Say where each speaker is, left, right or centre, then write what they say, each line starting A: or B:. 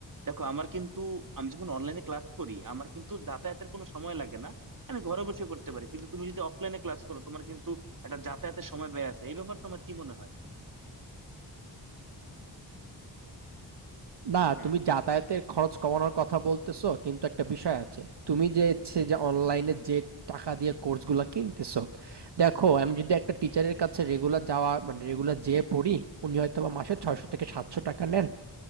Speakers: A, on the right (about 45°); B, on the right (about 65°).
A: দেখো আমার কিন্তু আমি যখন অনলাইনে ক্লাস করি আমার কিন্তু যাতায়াতের কোনো সময় লাগে না আমি ঘরে বসে করতে পারি কিন্তু তুমি যদি অফলাইনে ক্লাস করো তোমার কিন্তু একটা যাতায়াতের সময় ব্যয় আছে এই ব্যাপারে তোমার কি মনে হয়
B: না,
A: হ্যাঁ
B: তুমি যাতায়াতের খরচ কমানোর কথা বলতেছো, কিন্তু একটা বিষয় আছে। তুমি যে হচ্ছে যে অনলাইনে যে টাকা দিয়ে কোর্সগুলো কিনতেছো, দেখো আমি যদি একটা টিচারের কাছে রেগুলার যাওয়া মানে রেগুলার যেয়ে পড়ি, উনি হয়তোবা মাসে ৬০০ থেকে ৭০০ টাকা নেন।